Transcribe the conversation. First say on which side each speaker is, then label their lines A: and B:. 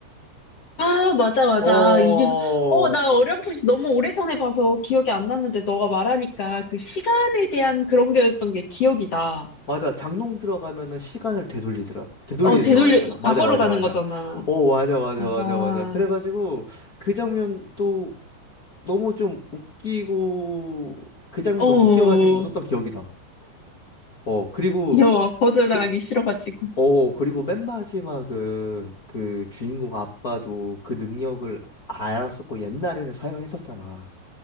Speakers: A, on the left (about 50°); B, on the left (about 80°).
A: 아, 맞아,
B: <laughs>
A: 맞아.
B: 어,
A: 이게, 어, 나 어렴풋이 너무 오래전에 봐서 기억이 안 났는데 너가 말하니까 그 시간에 대한 그런 게였던 게 기억이 나.
B: 맞아. 장롱 들어가면은 시간을 되돌리더라. 되돌리는
A: 어, 되돌려,
B: 영화였잖아. 맞아,
A: 과거로
B: 맞아,
A: 가는
B: 맞아.
A: 거잖아.
B: 어, 맞아, 맞아,
A: 맞아.
B: 맞아, 맞아. 그래가지고 그 장면도 너무 좀 웃기고 그 장면
A: 어,
B: 너무 웃겨가지고 웃었던 기억이다. 어, 그리고
A: 귀여워. 거절당하기
B: 그,
A: 싫어가지고.
B: 어, 그리고 맨 마지막은 그 주인공 아빠도 그 능력을 알았었고 옛날에는 사용했었잖아.